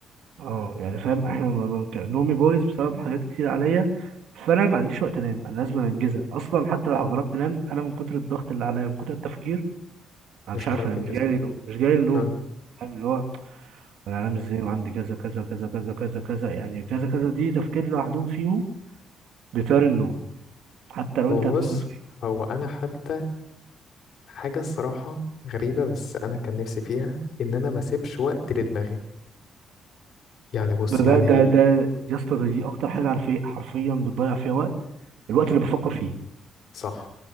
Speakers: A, on the right; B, on the left.
A: أه يعني فاهم إحنا ما- ما- ك- نومي بايظ بسبب حاجات كتير عليا فأنا ما عنديش وقت أنام أنا لازم أنجزها أصلا حتى لو جربت أنام أنا من كتر الضغط اللي عليا من كتر التفكير انا
B: مش
A: مش
B: هتعرف
A: عارف انا
B: تنجز
A: مش جاي لي نوم مش جاي لي نوم
B: آه.
A: فاهم اللي هو انا هنام ازاي وعندي كذا كذا كذا كذا كذا كذا يعني كذا كذا دي تفكير لوحدهم فيهم بيطير النوم حتى لو
B: هو
A: انت هتموت
B: بص هو أنا حتى حاجة الصراحة غريبة بس أنا كان نفسي فيها إن أنا ما أسيبش وقت لدماغي يعني بص
A: ده
B: يعني
A: ده ده
B: ال...
A: ده يا اسطى ده دي اكتر حاجه عارف ايه حرفيا بتضيع فيها وقت الوقت اللي بفكر فيه
B: صح